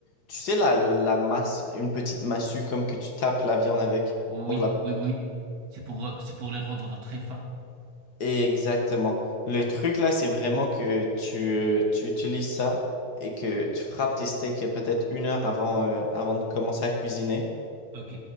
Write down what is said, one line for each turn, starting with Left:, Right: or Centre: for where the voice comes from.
Left: tu sais, la, la masse, une petite massue comme que tu tapes la viande avec
Right: Oui,
Left: pour la...
Right: oui, oui. C'est pour, euh, c'est pour les rendre très fins.
Left: Exactement. Le truc là, c'est vraiment que tu, euh, tu utilises ça et que tu frappes tes steaks peut-être une heure avant, euh, avant de commencer à cuisiner.
Right: Ok.